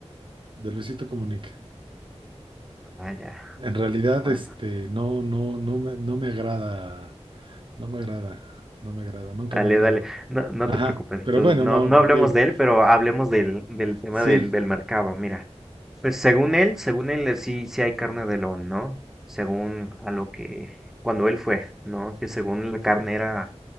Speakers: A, on the right; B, in the centre.
A: de Luisito Comunica.
B: Ah, ya.
A: En realidad,
B: Bueno.
A: este, no, no, no me, no me agrada, no me agrada, no me agrada, nunca
B: Dale,
A: me ha agradado.
B: dale. No, no
A: Ajá,
B: te preocupes.
A: pero
B: entonces,
A: bueno,
B: no,
A: no,
B: no hablemos
A: digo,
B: de él, pero hablemos del, del tema
A: sí.
B: del, del mercado. Mira. Pues según él, según él eh, sí, sí hay carne de león, ¿no? Según a lo que, cuando él fue, ¿no? Que según la carne era